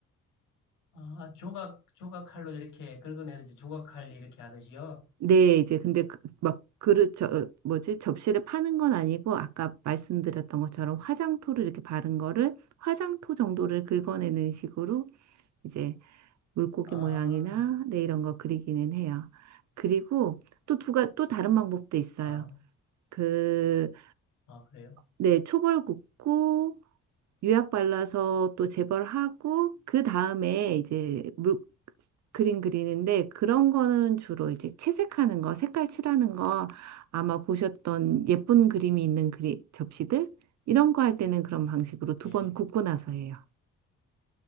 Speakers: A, on the left; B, on the right.
A: 아, 조각, 조각칼로 이렇게 긁어내듯이 조각칼 이렇게 하듯이요?
B: 네, 이제 근데 그- 막 그릇 저 어, 뭐지 접시를 파는 건 아니고 아까 말씀드렸던 것처럼 화장토를 이렇게 바른 거를 화장토 정도를 긁어내는 식으로 이제 물고기
A: 아,
B: 모양이나 네 이런 거 그리기는 해요. 그리고 또 두가 또 다른
A: 아,
B: 방법도 있어요.
A: 아,
B: 그
A: 아, 그래요?
B: 네 초벌 굽고 유약 발라서 또 재벌하고 그 다음에 이제 물 그림 그리는데 그런 거는 주로 이제 채색하는 거, 색깔 칠하는 거 아마 보셨던 예쁜 그림이 있는 그리 접시들 이런 거 할 때는 그런 방식으로 두
A: 예.
B: 번 굽고 나서 해요.